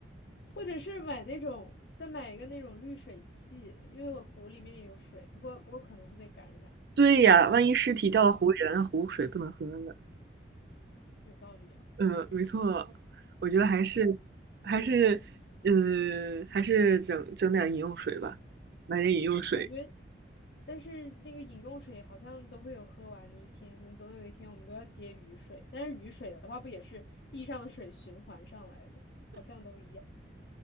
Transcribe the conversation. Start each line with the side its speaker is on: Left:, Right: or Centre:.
Left: 或者是买那种，再买一个那种滤水器，因为我湖里面也有水，不过不过可能会被感染。
Right: 对呀，万一尸体掉到湖里了，
Left: 嗯，
Right: 那湖水不能喝了。
Left: 有道理啊，
Right: 嗯，没错，我觉得还是还是嗯还是整整点饮用水吧，买点饮用水。
Left: 感觉，但是那个饮用水好像都会有喝完的一天，可能总有一天我们都要接雨水，但是雨水的话不也是地上的水循环上来的，好像都一样。